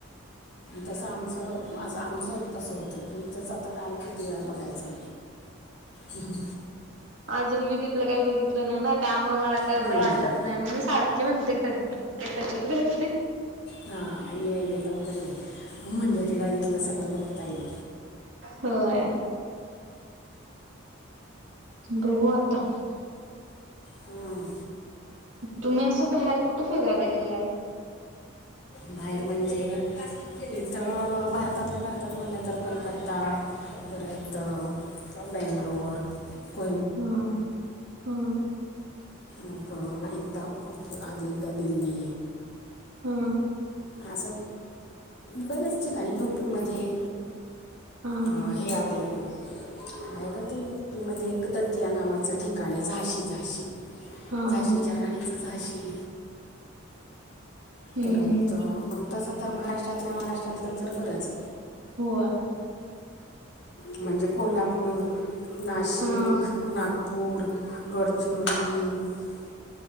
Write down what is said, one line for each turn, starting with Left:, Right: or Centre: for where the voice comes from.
Left: तसं आमचं असं आमचं तसं होतं, की इथंच आता काय किती वेळा बघायचं? ह ह.
Right: अजून मी तिथलं काय बघितलं नाय ना त्यामुळं मला काय एवढं
Left: हं.
Right: वाटत नाय, म्हणून सारखी म्हणते कधी <unintelligible> कधी इकडे येते?
Left: हा ये ये लवकर ये म्हणजे, तुला इथलं सगळं बघता येईल.
Right: होय. बघू आता
Left: हं.
Right: तुम्ही असं बाहेर कुठ फिरायला गेलाय?
Left: बाहेर म्हणजे इथं अ भारतातल्या भारतात म्हणलं तर कोलकत्ता परत बेंगलोर को
Right: हा हा.
Left: मग अ एकदा खूप आधी एकदा दिल्ली.
Right: हा.
Left: असं बरेच ठिकाणी युपी मध्ये
Right: हा हा
Left: अ
Right: हा
Left: हे आपलं आहे ग ते यूपी मध्ये एक दतिया नावाचं ठिकाण आहे झाशी झाशी
Right: हा
Left: झाशीच्या राणीचं झाशी
Right: हम्म
Left: परत
Right: हम्म
Left: मग तसं तर महाराष्ट्रातल्या महाराष्ट्रातलं तर बरंच
Right: हो
Left: म्हणजे कोल्हापूर नाशिक
Right: हा हा
Left: नागपूर गडचिरोली